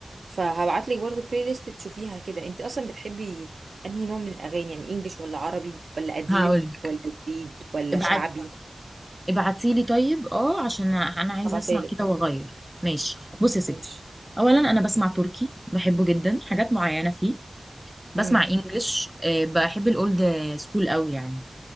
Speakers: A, on the right (about 85°); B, in the centre.
A: فهبعتلك برضو البلاي ليست تشوفيها كده أنت أصلا بتحبي أنهي نوع من الأغاني يعني إنجليش ولا عربي ولا قديم
B: هقول
A: ولا جديد ولا
B: ابعت
A: شعبي
B: ابعتيلي طيب اه عشان انا عايزه
A: هبعتلك
B: اسمع كده واغير ماشي بصي يا ستي
A: ماشي
B: اولا انا بسمع تركي بحبه جدا حاجات معينه فيه بسمع
A: امم
B: انجلش آه، بحب الاولد سكول قوي يعني